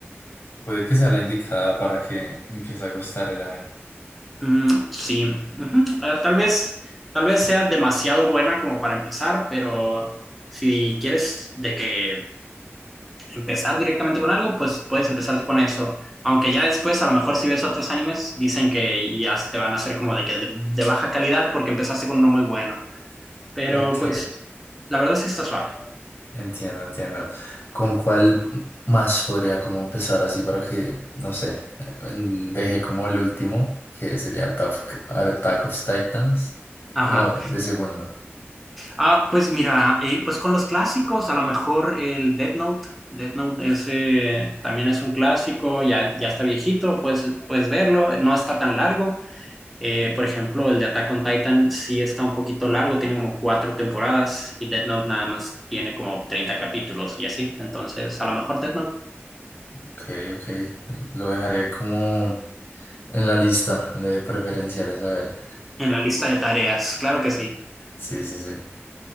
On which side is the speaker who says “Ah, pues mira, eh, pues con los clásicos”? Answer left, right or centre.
Centre